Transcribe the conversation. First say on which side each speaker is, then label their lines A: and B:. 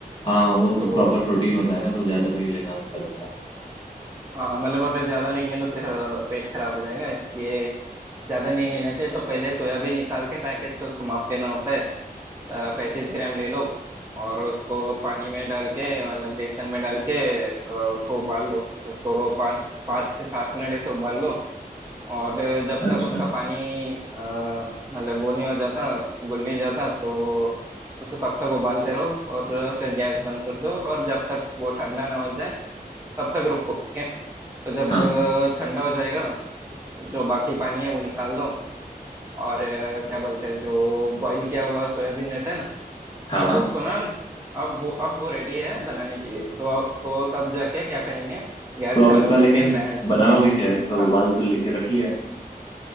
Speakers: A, on the left; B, on the right.
A: हाँ वो
B: तो
A: तो प्रॉपर प्रोटीन होता है ना तो ज़्यादा भी नहीं लेना अच्छा रहता
B: हाँ हाँ, मतलब अगर ज्यादा लेंगे तो फिर अ, पेट खराब हो जाएगा इसलिए ज्यादा नहीं लेना चाहिए तो पहले सोयाबीन निकाल के पैकेट से उसको माप लेना होता है पैंतीस ग्राम ले लो और उसको पानी में डाल के मतलब बेसन में डाल के अ, उसको उबाल लो उसको वो पाँच पाँच से सात मिनट ऐसे उबाल लो और जब
A: है।
B: तक
A: अच्छा
B: उसका पानी अ, मतलब वो नहीं हो जाता गुल नहीं जाता तो उसको तब तक उबालते रहो और फिर गैस बंद कर दो और जब तक वो ठंडा ना हो जाए तब तक रुको ठीक है तो जब
A: हाँ
B: अ, ठंडा हो जाएगा उस जो बाकी पानी है वो निकाल दो और अ, क्या बोलते हैं जो बॉईल किया हुआ सोयाबीन रहता है ना
A: हाँ
B: अब
A: हाँ
B: उसको ना अब वो अब वो रेडी है बनाने के लिए तो तो तब जाके क्या करेंगे गैस
A: तो अब
B: चालू
A: इसका
B: करके
A: लेकिन
B: पैन
A: बनाओगे क्या इसका
B: हाँ
A: उबाल तो लेके रख लिया है